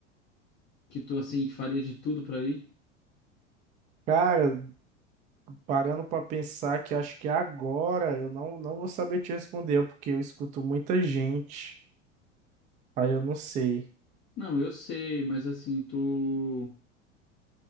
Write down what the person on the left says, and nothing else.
que tu assim faria de tudo pra ir?
Não, eu sei, mas assim, tu